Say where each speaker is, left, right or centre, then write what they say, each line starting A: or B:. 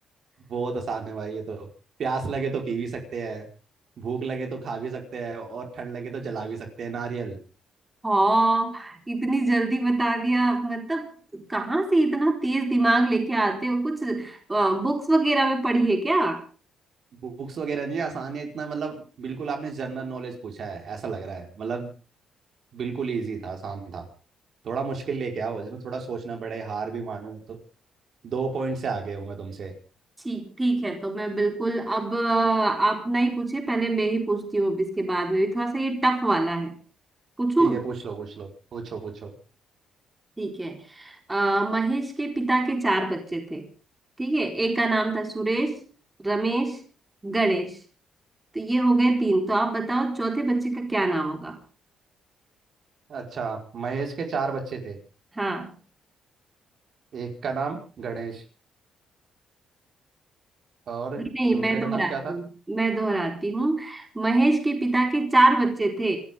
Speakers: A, on the right; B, on the right.
A: बहुत आसान है भाई ये तो प्यास लगे तो पी भी सकते हैं भूख लगे तो खा भी सकते हैं और ठंड लगे तो जला भी सकते हैं नारियल
B: हाँ इतनी जल्दी बता दिया मतलब कहाँ से इतना तेज दिमाग लेके आते हो कुछ बुक्स वगैरह में पढ़ी है क्या
A: बुक्स वगैरह नहीं है आसान है इतना मतलब बिल्कुल आपने जनरल नॉलेज पूछा है ऐसा लग रहा है मतलब बिल्कुल इजी था आसान था थोड़ा मुश्किल लेके आओ जिसमें थोड़ा सोचना पड़े हार भी मानूं तो दो पॉइंट से आगे हूं मैं तुमसे
B: ठीक ठीक है तो मैं बिल्कुल अब अ, आप नहीं पूछे पहले मैं ही पूछती हूँ अब इसके बाद में भी थोड़ा सा ये टफ वाला है पूछूं
A: ठीक है पूछ लो पूछ लो पूछो पूछो
B: ठीक है अ, महेश के पिता के चार बच्चे थे ठीक है एक का नाम था सुरेश रमेश गणेश तो ये हो गए तीन तो आप बताओ चौथे बच्चे का क्या नाम होगा
A: अच्छा महेश के चार बच्चे थे
B: हाँ
A: एक का नाम गणेश और
B: नहीं मैं
A: दूसरे
B: दोहराती
A: का नाम क्या था
B: हूँ मैं दोहराती हूँ महेश के पिता के चार बच्चे थे